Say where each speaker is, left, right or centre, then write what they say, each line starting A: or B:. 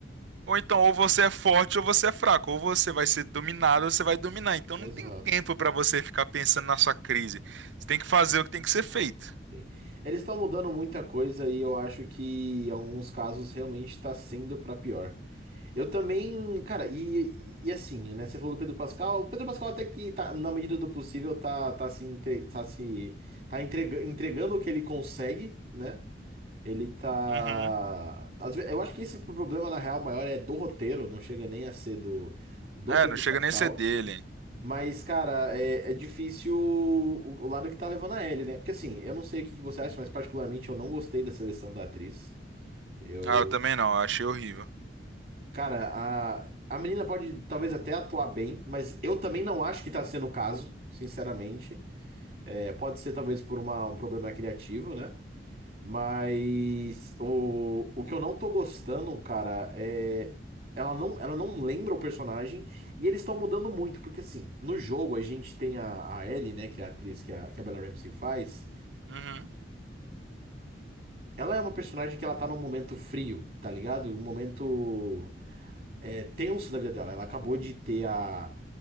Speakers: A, on the right (about 90°); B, on the right (about 55°).
A: ou então, ou você é forte ou você é fraco, ou você vai ser dominado ou você vai dominar. Então,
B: Exato.
A: não tem tempo pra você ficar pensando na sua crise. Você tem que fazer o que tem que ser feito.
B: Sim. Eles estão mudando muita coisa e eu acho que em alguns casos realmente está sendo para pior. Eu também, cara, e, e assim, né? Você falou do Pedro Pascal. O Pedro Pascal até que tá, na medida do possível, tá, tá se, entre, tá se tá entrega- entregando o que ele consegue, né? Ele tá.
A: Uhum.
B: às ve- eu acho que esse problema, na real, maior é do roteiro, não chega nem a ser do, do
A: É,
B: Pedro
A: não chega
B: Pascal.
A: nem a ser dele.
B: Mas, cara, é, é difícil o, o lado que tá levando a Ellie, né? Porque assim, eu não sei o que que você acha, mas particularmente eu não gostei da seleção da atriz. Eu.
A: Ah, eu também não, eu achei horrível.
B: Cara, a, a menina pode talvez até atuar bem, mas eu também não acho que tá sendo o caso, sinceramente. É, pode ser talvez por uma, um problema criativo, né? Mas o, o que eu não tô gostando, cara, é. Ela não, ela não lembra o personagem e eles estão mudando muito, porque assim, no jogo a gente tem a, a Ellie, né, que é a atriz que a, que a Bella Ramsey faz.
A: Uhum,
B: Ela é uma personagem que ela tá num momento frio, tá ligado? Um momento é, tenso da vida dela. Ela acabou de ter a,